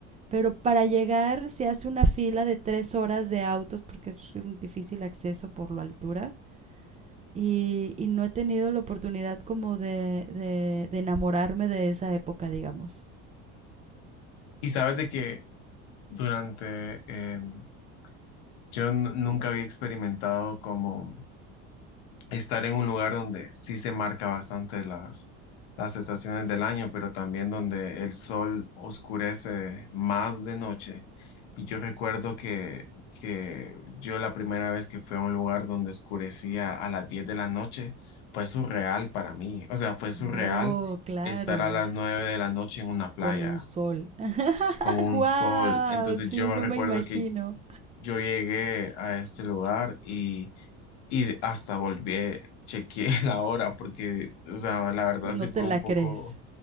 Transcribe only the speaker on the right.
pero para llegar se hace una fila de tres horas de autos porque es un difícil acceso por la altura. y, y no he tenido la oportunidad como de, de, de enamorarme de esa época, digamos.
Oh, claro,
con un sol. <laughs> ¡Ah,
guau!
Sí,
no
me imagino.
No
te
la
crees.